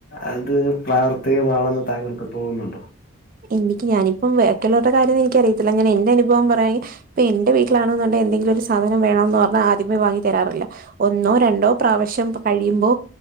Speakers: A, on the left (about 40°); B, on the right (about 40°).
A: അത് പ്രാവർത്തികമാണെന്ന് താങ്കൾക്ക് തോന്ന്ന്നുണ്ടോ
B: എനിക്ക് ഞാനിപ്പം ബാക്കിള്ളവരുടെ കാര്യം എനിക്കറിയത്തില്ല ഞാൻ എന്റെ അനുഭവം പറയ ഇപ്പൊ എന്റെ വീട്ടിലണെന്നുണ്ടെകിൽ എന്തെങ്കിലും ഒരു സാധനം വേണം എന്ന് പറഞ്ഞാ ആദ്യമേ വാങ്ങി തരാറില്ല ഒന്നോ രണ്ടോ പ്രാവിശ്യം കഴിയുമ്പോ